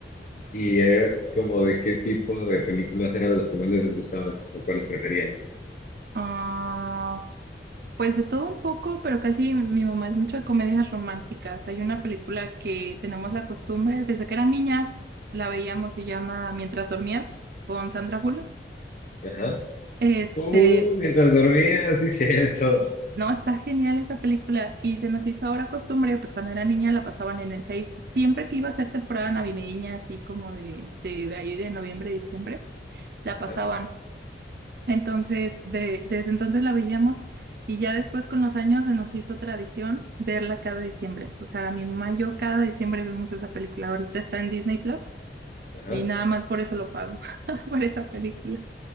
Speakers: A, on the left; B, on the right.
A: Y era como de qué tipo de películas eran las que más les gustaban o cuáles preferían.
B: Ah. Pues de todo un poco, pero casi mi, mi mamá es mucho de comedias románticas. Hay una película que tenemos la costumbre, desde que era niña, la veíamos, se llama Mientras dormías, con Sandra Bullock.
A: Ajá.
B: Este,
A: Uh, mientras dormía, sí, <laughs> cierto.
B: no, está genial esa película y se nos hizo ahora costumbre, pues cuando era niña la pasaban en el 6. siempre que iba a ser temporada navideña, así como de, de, de ahí de noviembre, diciembre, la
A: Ajá,
B: pasaban. Entonces, de- desde entonces la veíamos y ya después con los años se nos hizo tradición verla cada diciembre. O sea, mi mamá y yo cada diciembre vemos esa película. Ahorita está en Disney Plus
A: ajá.
B: y nada más por eso lo pago, <laughs> por esa película.